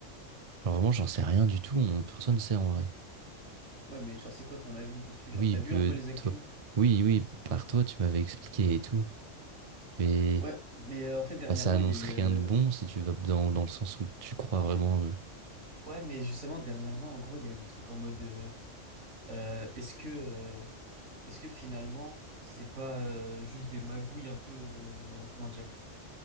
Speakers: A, on the right; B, on the right.
A: Genre vraiment, j'en sais rien du tout. On- personne ne sait en vrai.
B: Ouais, mais genre c'est quoi ton avis dessus? Genre
A: Oui,
B: t'as vu
A: peu-
B: un peu les actus?
A: toi, oui, oui, par toi, tu m'avais expliqué et tout. Mais
B: Ouais, mais euh, en fait dernièrement
A: bah, ça annonce
B: il y a eu
A: rien
B: euh,
A: de bon si tu vas dans, dans le sens où tu crois
B: en
A: vraiment
B: fait
A: euh,
B: ouais mais justement dernièrement en gros il y a eu des trucs en mode euh, euh, est-ce que Est-ce que finalement, c'est pas euh, juste des magouilles un peu, euh, comment dire,